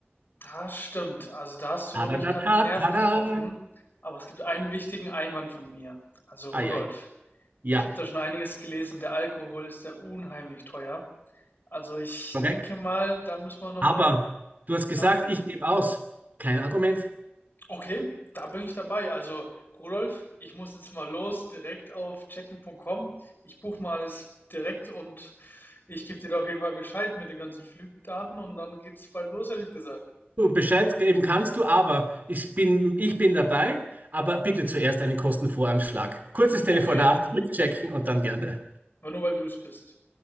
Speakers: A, on the left (about 55°); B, on the right (about 45°).
A: Das stimmt. Also, da hast du
B: Tadadata,
A: wirklich gerade einen Nerv
B: tada.
A: getroffen. Aber es gibt einen wichtigen Einwand von mir, also
B: Ai,
A: Rudolf.
B: ai. Ja,
A: Ich habe da schon einiges gelesen. Der Alkohol ist ja unheimlich teuer. Also ich
B: korrekt.
A: denke mal, da müssen wir nochmal
B: Aber du hast gesagt,
A: nachdenken.
B: ich gebe aus. Kein Argument.
A: Okay, da bin ich dabei. Also Rudolf, ich muss jetzt mal los, direkt auf checken.com. Ich buche mal alles direkt und ich gebe dir da auf jeden Fall Bescheid mit den ganzen Flugdaten und dann geht's bald los, ehrlich gesagt.
B: Du Bescheid geben kannst du, aber ich bin, ich bin dabei, aber bitte zuerst einen Kostenvoranschlag. Kurzes Telefonat,
A: Okay,
B: rückchecken und dann gerne.
A: aber nur weil du es bist.